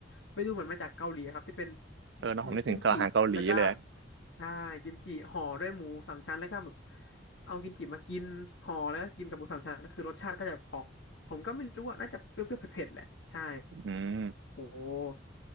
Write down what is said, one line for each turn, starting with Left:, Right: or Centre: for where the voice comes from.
Left: ไม่ดูเหมือนมาจากเกาหลีครับที่เป็น
Right: เออเนอะผมนึกถึงอาหารเกาหลีเลย
Left: อืมกิมจิแล้วก็ใช่กิมจิห่อด้วยหมูสามชั้นแล้วก็แบบเอากิมจิมากินห่อแล้วก็กินกับหมูสามชั้นคือรสชาติก็จะออกผมก็ไม่รู้ว่าน่าจะเปรี้ยวๆเผ็ดๆแหละใช่
Right: อืม
Left: โอ้